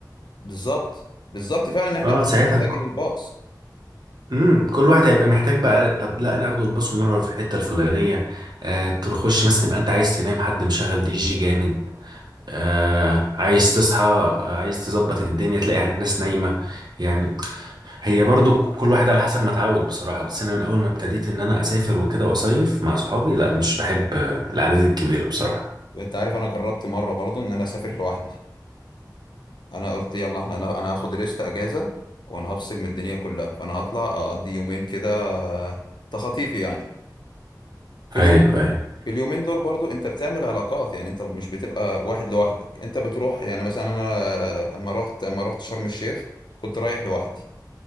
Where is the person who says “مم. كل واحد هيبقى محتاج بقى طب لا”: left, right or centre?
Right